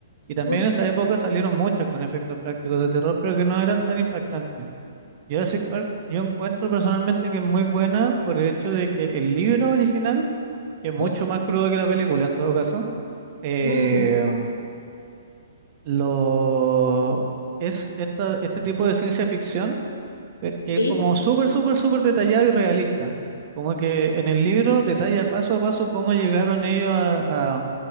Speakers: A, on the right; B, on the left.
A: y también
B: Ujú,
A: en esa época salieron muchas con efectos prácticos de terror, pero que no eran tan impactantes. Jurassic Park, yo encuentro personalmente que es muy buena por el hecho de que el libro original, que
B: Sí,
A: es mucho más crudo que la película en todo caso, Eh,
B: mm,
A: lo, es esta- este tipo de ciencia ficción eh, que
B: sí,
A: es como súper, súper, súper detallado y realista. Como que en el libro detalla paso a paso cómo llegaron ellos a, a-